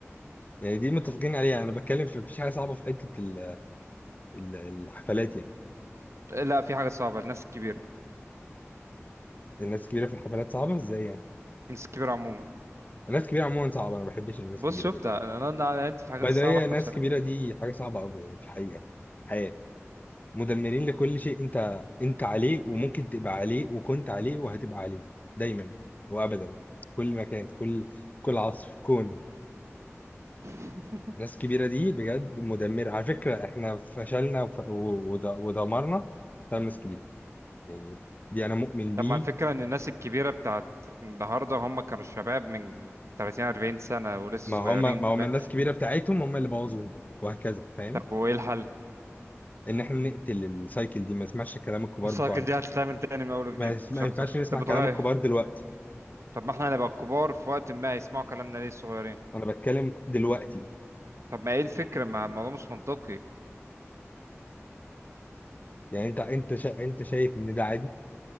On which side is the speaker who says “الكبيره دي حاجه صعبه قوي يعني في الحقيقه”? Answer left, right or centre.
Left